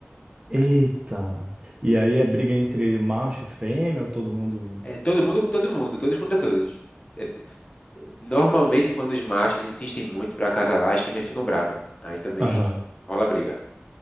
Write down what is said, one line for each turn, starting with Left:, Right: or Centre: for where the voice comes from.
Right: Eita! E aí é briga entre macho e fêmea, ou todo mundo.
Left: É todo mundo com todo mundo, todos contra todos. É normalmente, quando os machos insistem muito para acasalar, as fêmeas ficam braba. Aí também
Right: Aham.
Left: rola briga.